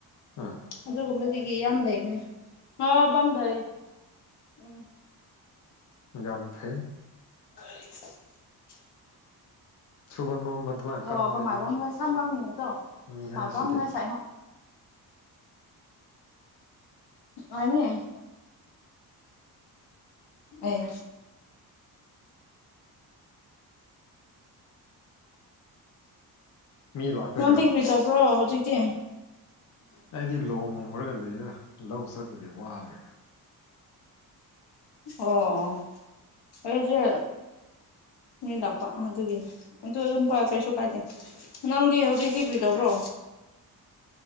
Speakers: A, on the left; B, on the left.
A: ꯎꯝ
B: ꯑꯗꯨꯒꯨꯝꯕꯗꯒꯤ ꯌꯥꯝ ꯂꯩꯕꯅꯦ ꯍ ꯄꯝꯗꯏ ꯎꯝ
A: <unintelligible>
B: <unintelligible>
A: ꯁꯨꯕ ꯅꯣꯝꯕ ꯑꯗꯨꯃꯥꯏꯅ
B: ꯑꯣ
A: ꯀꯟꯗꯦꯅꯤ
B: ꯀꯃꯥꯏꯕꯝꯒ ꯁꯝꯒꯝꯅꯤ ꯅꯠꯇ꯭ꯔꯣ
A: ꯃꯤ
B: ꯀꯃꯥꯏꯕꯝꯒ
A: ꯍꯥꯏꯁꯤꯗꯤ
B: ꯁꯥꯏꯍꯣ ꯑꯅꯦ ꯑꯦ
A: ꯃꯤ ꯂꯥꯛꯄꯒꯤꯔꯣ
B: ꯅꯗ ꯀ꯭ꯔꯤ ꯇꯕ꯭ꯔꯣ ꯍꯧꯖꯤꯀꯇꯤ
A: ꯑꯩꯗꯤ ꯂꯨꯍꯂꯔꯒ ꯂꯩꯔ ꯂꯧ ꯆꯠꯄꯒꯤ ꯋꯥꯕ
B: ꯑꯣ ꯑꯩꯁꯦ ꯃꯤ ꯂꯥꯛꯄ ꯑꯗꯨꯒꯤꯅꯤ ꯑꯗꯨ ꯑꯗꯨꯝ ꯀꯩꯁꯨ ꯀꯥꯏꯗꯦ ꯅꯪꯗꯤ ꯍꯧꯖꯤꯛꯇꯤ ꯀ꯭ꯔꯤ ꯇꯧꯕ꯭ꯔꯣ